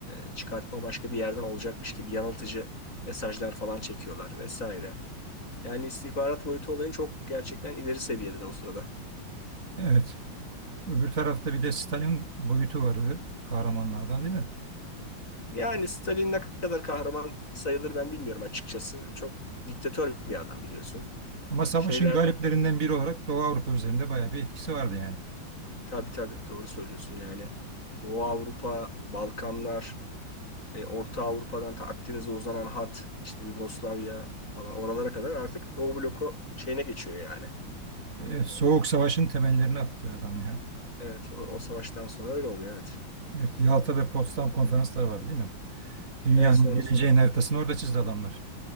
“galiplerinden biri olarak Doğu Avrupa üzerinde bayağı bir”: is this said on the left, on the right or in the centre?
Right